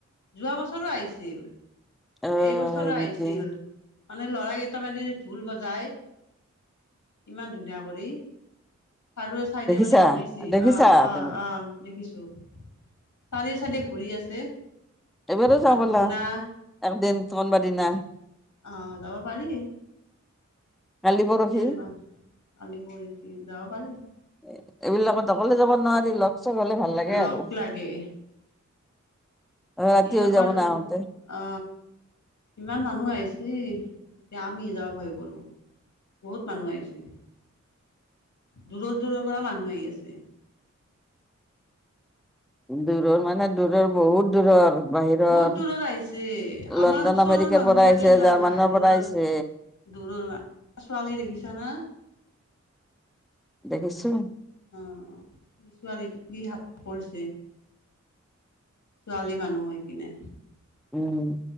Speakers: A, on the left; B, in the centre.
A: যোৱা বছৰো আহিছিল।
B: অ'
A: এইবছৰো
B: হয়
A: আহিছিল,
B: নেকি
A: মানে ল'ৰা কেইটামানদি ঢোল বজায়। ইমান ধুনীয়া কৰি, চাৰিও ছাইডে
B: দেখিছা
A: মানে ঘূৰিছি
B: দেখিছা
A: অ' অ'
B: তুমি
A: অ'। দেখিছো, চাৰিও ছাইডে ঘূৰি আছে।
B: এইবাৰো
A: তাত
B: যাও ব'লা,
A: ধূনা
B: একদিন কোনবাদিনা?
A: অ যাবা পাৰি।
B: কালি পৰহি
A: ইয়াৰে মা, আলি পৰি যাব পাৰিম।
B: এ এইবিলাকত অকলে যাব নোৱাৰি লগ - চগ হলে ভাল। লাগে
A: লগ
B: আৰু
A: লাগে।
B: ৰাতি
A: এই
B: হৈ
A: আমাৰ
B: যাব
A: <unintelligible>
B: না আহোতে
A: অ, ইমান মানুহ আহিছে এতিয়া আমি যাব ভয় কৰো। বহুত মানুহ আহিছে, দূৰৰ - দূৰৰ পৰা মানুহ আহি আছে।
B: দূৰৰ মানে দূৰৰ বহুত দূৰৰ। বাহিৰৰ
A: বহুত দূৰৰ আহিছে, আমাৰ
B: লণ্ডন
A: ওচৰৰ
B: আমেৰিকাৰ
A: মানুহবিলাকে
B: পৰা আহিছে
A: যোৱা
B: জাৰ্মানৰ
A: নাই
B: পৰা
A: দূৰৰ
B: আহিছে
A: দূৰৰ মা, ছোৱালী দেখিছা না?
B: দেখিছো।
A: অ ছোৱালীটোক কি সাপ কৰিছে? ছোৱালী মানুহ হৈ কিনে।
B: উম